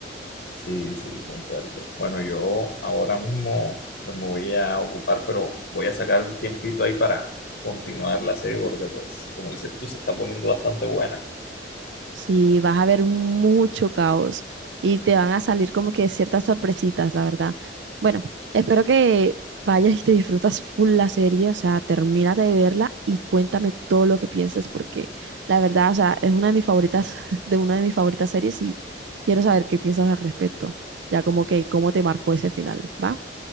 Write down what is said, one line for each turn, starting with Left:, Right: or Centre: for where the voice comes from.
Left: Sí, sí, concuerdo. Bueno, yo ahora mismo pues, me voy a ocupar, pero voy a sacar un tiempito ahí para continuar la serie porque, pues, como dices tú, se está poniendo bastante buena.
Right: Sí, vas a ver mucho caos y te van a salir como que ciertas sorpresitas, la verdad. Bueno, espero que vayas y te disfrutas full la serie, o sea, termínate de verla y cuéntame todo lo que piensas, porque la verdad, o sea, es una de mis favoritas, <laughs> de una de mis favoritas series y quiero saber qué piensas al respecto, ya como que cómo te marcó ese final, ¿va?